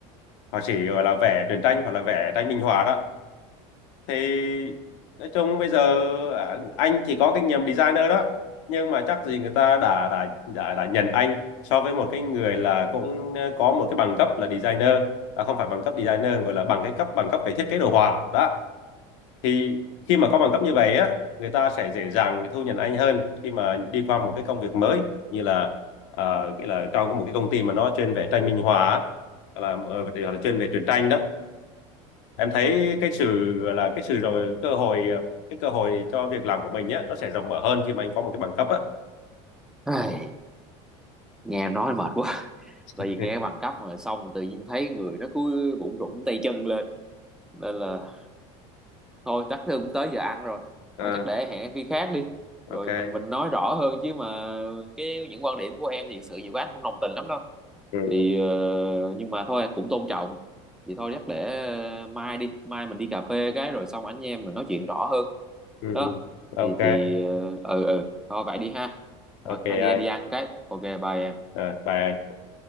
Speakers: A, on the left; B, in the centre.
A: họa sĩ gọi là vẽ truyện tranh hoặc là vẽ tranh minh họa đó thì nói chung bây giờ à, anh thì có kinh nghiệm designer đó nhưng mà chắc gì người ta đã đã đã, đã nhận anh so với một cái người là cũng ờ, có một cái bằng cấp là designer à, không phải bằng cấp designer gọi là bằng cái cấp bằng cấp về thiết kế đồ họa đó thì khi mà có bằng cấp như vậy á người ta sẽ dễ dàng thu nhận anh hơn khi mà đi qua một cái công việc mới như là à, nghĩa là trong một cái công ty mà nó chuyên về tranh minh họa á, là, ờ, là chuyên về truyện tranh đó em thấy cái sự gọi là cái sự rồi cơ hội ờ, cái cơ hội cho việc làm của mình nhé nó sẽ rộng mở hơn khi mà anh có một cái bằng cấp á
B: Ai, nghe nói mệt quá tại
A: <laughs>
B: vì nghe bằng cấp rồi xong rồi tự nhiên thấy người nó cứ bụng rủn tay chân lên nên là thôi chắc cũng tới giờ ăn rồi
A: Ờ,
B: thôi chắc để hẹn khi khác đi
A: ok
B: rồi mình mình nói rõ hơn chứ mà cái những quan điểm của em thì thực sự nhiều quá anh không đồng tình lắm đâu
A: ừ.
B: thì ờ, nhưng mà thôi cũng tôn trọng thì thôi chắc để ờ, mai đi mai mình đi cà phê cái rồi xong anh em mình nói chuyện rõ hơn
A: Ừ.
B: đó
A: ừ. ok
B: thì thì ờ ừ ừ thôi vậy đi ha
A: ok
B: rồi anh đi anh
A: anh
B: đi ăn cái ok bye em
A: Ờ, bye anh